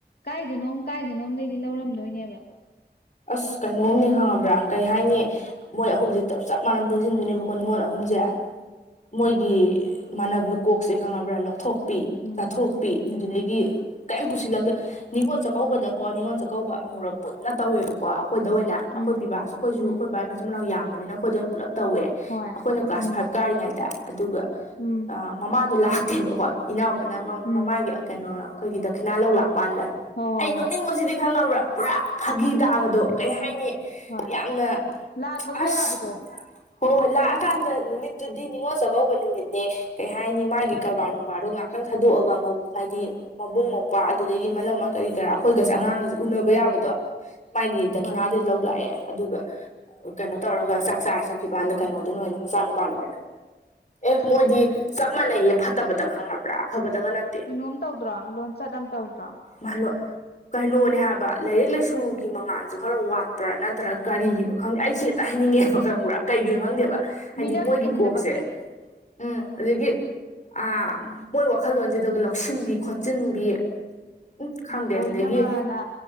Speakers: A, on the left; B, on the left.
A: ꯀꯥꯏꯗꯅꯣꯝ ꯀꯥꯏꯗꯅꯣꯝꯗꯩꯗꯤ ꯂꯧꯔꯝꯗꯣꯏꯅꯦꯕ
B: ꯑꯁ ꯀꯩꯅꯣꯝꯅꯤ ꯈꯪꯉꯕ꯭ꯔꯥ ꯀꯩ ꯍꯥꯏꯅꯤ ꯃꯣꯏ ꯑꯍꯨꯝꯁꯦ ꯆꯞ ꯆꯞ ꯃꯥꯟꯅ ꯄꯨꯟꯁꯤꯟꯗꯣꯏꯅꯦꯕꯀꯣ ꯅꯤꯉꯣꯜ ꯑꯍꯨꯝꯁꯦ ꯃꯣꯏꯒꯤ
A: ꯎꯝ
B: ꯃꯥꯟꯅꯕ ꯀꯣꯛꯁꯦ ꯈꯪꯉꯕ꯭ꯔꯥ ꯂꯧꯊꯣꯛꯄꯤ
A: ꯎꯝ
B: ꯆꯥꯊꯣꯛꯄꯤ ꯑꯗꯨꯗꯒꯤ
A: ꯎꯝ
B: ꯀꯩꯝ ꯄꯨꯁꯤꯜꯂꯛꯇꯦ ꯅꯤꯡꯉꯣꯜ ꯆꯥꯛꯀꯧꯕꯗꯀꯣ ꯅꯤꯡꯉꯣꯜ ꯆꯥꯛꯀꯧꯕ ꯑꯃꯨꯔꯛ ꯄꯨꯟꯅ ꯇꯧꯋꯦꯕꯀꯣ ꯑꯈꯣꯏꯗ ꯑꯣꯏꯅ ꯑꯈꯣꯏ
A: ꯎꯝ
B: ꯄꯤꯕꯥꯁꯨ ꯈꯣꯏꯁꯨ
A: ꯎꯝ
B: ꯈꯣꯏ ꯕꯥꯏ ꯃꯆꯤꯟ ꯃꯅꯥꯎ ꯌꯥꯝꯕꯅꯤꯅ ꯈꯣꯏꯗ ꯑꯣꯏꯅ ꯄꯨꯂꯞ ꯇꯧꯔꯦ ꯑꯩꯈꯣꯏꯅ
A: ꯍꯣꯏ
B: ꯀ꯭ꯂꯥꯁ
A: ꯎꯝ
B: ꯐꯥꯏꯚ ꯀꯥꯔꯤꯉꯩꯗ ꯇ ꯑꯗꯨꯒ
A: ꯎꯝ
B: ꯑꯥ ꯃꯃꯥꯗꯣ ꯂꯥꯛꯇꯦꯕꯀꯣ ꯏꯅꯥꯎꯕꯅ
A: ꯎꯝ
B: ꯃꯃꯥꯒꯤ ꯀꯩꯅꯣ ꯑꯩꯈꯣꯏꯒꯤ ꯗꯈꯤꯅꯥ ꯂꯧ ꯂꯥꯛꯄ꯭ꯋꯥꯅꯤꯗ
A: ꯍꯣ ꯍꯣ
B: ꯑꯩ ꯅꯣꯛꯅꯤꯡꯕꯣꯖꯤꯗꯤ
A: ꯍꯣꯏ
B: ꯈꯪꯉꯕ꯭ꯔꯥ ꯄꯨꯔꯥ ꯐꯥꯒꯤ ꯇꯥꯕꯗꯣ ꯀꯩ ꯍꯥꯏꯅꯤ
A: ꯍꯣꯏ
B: ꯌꯥꯝꯅ
A: ꯂꯥꯛꯄꯁꯨ
B: ꯑꯁ
A: ꯌꯥꯕꯗꯣ
B: ꯍꯣꯏ ꯂꯥꯛꯑꯀꯥꯟꯗ ꯅꯨꯃꯤꯠꯇꯨꯗꯤ ꯅꯤꯡꯉꯣꯜ ꯆꯥꯛꯀꯧꯕ ꯅꯨꯃꯤꯠꯅꯦ ꯀꯩ ꯍꯥꯏꯅꯤ ꯃꯥꯒꯤ ꯀꯔꯕꯥꯔ ꯅꯨꯡꯕꯥꯔꯗꯣ ꯉꯥꯛ ꯉꯇꯪ ꯊꯥꯗꯣꯛꯑꯒ ꯍꯥꯏꯗꯤ ꯃꯕꯨꯡ ꯃꯧꯄꯨꯌꯥ ꯑꯗꯨꯗꯒꯤ ꯃꯅꯝꯃꯥ ꯀꯔꯤ ꯀꯔꯥ ꯑꯩꯈꯣꯏꯒꯁꯦ ꯑꯉꯥꯡꯒꯁꯦ ꯎꯅꯕ ꯌꯥꯕꯗꯣ ꯃꯥꯥꯒꯤ ꯗꯈꯤꯅꯥꯗꯨꯗꯤ
A: ꯍꯣꯏ
B: ꯂꯧ ꯂꯥꯛꯑꯦ ꯑꯗꯨꯒ ꯀꯩꯅꯣ ꯇꯧꯔꯒ ꯆꯥꯛ ꯆꯥꯔ ꯆꯠꯈꯤꯕꯥꯟꯗ ꯀꯩꯅꯣꯗꯨꯅ ꯑꯣꯏꯅ ꯃꯆꯥ ꯅꯨꯨꯄꯥꯅ ꯑꯣꯏꯅ ꯑꯦ ꯃꯣꯏꯗꯤ ꯆꯞ ꯃꯥꯟꯅꯩꯌꯦ ꯐꯠꯇꯕꯗ ꯈꯪꯉꯕ꯭ꯔꯥ ꯑꯐꯕꯗꯒ ꯅꯠꯇꯦ
A: ꯀꯩꯅꯣꯝ ꯇꯧꯗ꯭ꯔꯣ ꯂꯣꯟꯆꯠ ꯑꯃ ꯇꯧꯗ꯭ꯔꯣ
B: ꯑꯩꯃꯥ ꯀꯩꯅꯣꯅꯦ ꯍꯥꯏꯕ ꯂꯥꯏꯔꯤꯛ ꯂꯥꯏꯁꯨ ꯁꯨꯒꯤ ꯃꯉꯥꯟꯖꯨ ꯈꯔ ꯋꯥꯠꯄ꯭ꯔꯥ ꯅꯠꯇ꯭ꯔꯒ ꯀꯔꯤꯒꯤꯅꯣ ꯈꯪꯗꯦ ꯑꯩꯁꯤ ꯍꯦꯛꯇ ꯍꯥꯏꯅꯤꯡꯉꯛꯑꯦꯕ ꯈꯪꯕ꯭ꯔꯥ ꯀꯩꯒꯤꯅꯣ ꯈꯪꯗꯦꯕ ꯍꯥꯏꯗꯤ
A: ꯃꯤꯔꯛ
B: ꯃꯣꯏꯒꯤ
A: ꯇꯤꯟꯗꯕꯒꯤ
B: ꯀꯣꯛꯁꯦ ꯎꯝ ꯑꯗꯒꯤ ꯑꯥ ꯃꯣꯏ ꯋꯥꯈꯜꯂꯣꯟꯖꯤꯗꯒ ꯂꯧꯁꯤꯟꯕꯤ ꯈꯣꯠꯆꯤꯟꯕꯤ ꯎꯝ ꯈꯪꯗꯦ
A: ꯑꯣꯏꯅꯕꯅ
B: ꯑꯗꯨꯗꯒꯤ